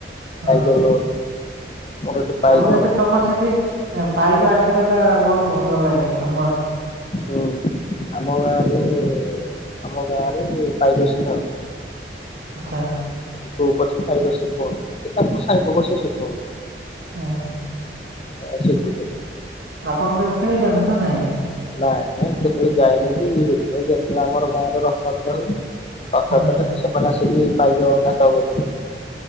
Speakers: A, on the right; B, on the left.
A: ହଁ
B: ପାଇକ ମୋର ଏଠି ପାଇକ
A: ତାପରେ ବି ତମର ସେଠି ପାଇକ ଆଖେଡା ଟା ବହୁତୁ ଭଲ ଲାଗେ ଫେମସ।
B: ହୁଁ। ଆମ ଗାଁରେ ଆମ ଗାଁରେ ପାଇକ ଶିଖା ହଉଚି।
A: ଆଚ୍ଛା।
B: ଗ୍ରୁପ ଅଛି ପାଇକ ଶିଖଉଛନ୍ତି। ତାଙ୍କ ସାଇ ଲୋକ ସେ ଶିଖଉଚନ୍ତି।
A: <unintelligible>
B: ଅ ଶିଖୁଚନ୍ତି।
A: ଆପଣ କେବେ ଖେଳିଛନ୍ତି ନା ନାଇଁ?
B: ନାଇଁ ନାଇଁ କେତେବେଳେ ଯାଇନି କି ଯେତେବେଳେ ଆମର ଗାଁ ରେ ରଥଯାତ୍ରା ହୁଏ ରଥଯାତ୍ରାରେ
A: ହଁ
B: ତ ସେମାନେ ଆସିକି ପାଇକ ନାଟକ କରିବେ।